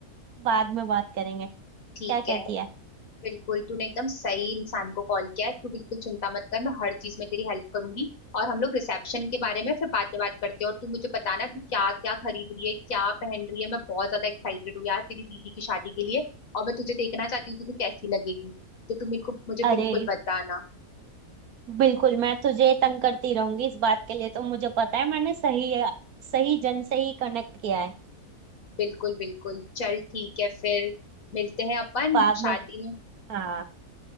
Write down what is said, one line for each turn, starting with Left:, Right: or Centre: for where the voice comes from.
Right: बाद में बात करेंगे क्या
Left: ठीक
Right: कहती
Left: है
Right: है
Left: बिल्कुल तूने एकदम सही इंसान को कॉल किया है तू बिल्कुल चिंता मत कर मैं हर चीज में तेरी हेल्प करूंगी और हम लोग रिसेप्शन के बारे में फिर बातें बात करते हैं और तू मुझे बताना तू क्या क्या खरीद रही है क्या पहन रही है मैं बहुत ज्यादा एक्साइटेड हूँ यार तेरी दीदी की शादी के लिए और मैं तुझे देखना चाहती हूँ कि तू कैसी लगेगी तो तू मेरे को मुझे
Right: अरे
Left: बिल्कुल बताना
Right: बिल्कुल मैं तुझे तंग करती रहूंगी इस बात के लिए तो मुझे पता है मैंने सही सही जन से ही कनेक्ट किया है
Left: बिल्कुल बिल्कुल चल ठीक है फिर मिलते हैं अपन
Right: बाद
Left: शादी
Right: में
Left: में
Right: हाँ